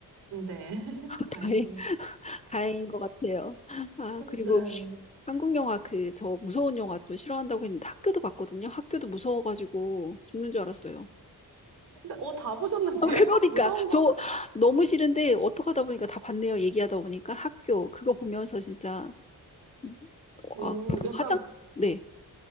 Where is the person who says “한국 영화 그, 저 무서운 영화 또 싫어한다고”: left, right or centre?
Left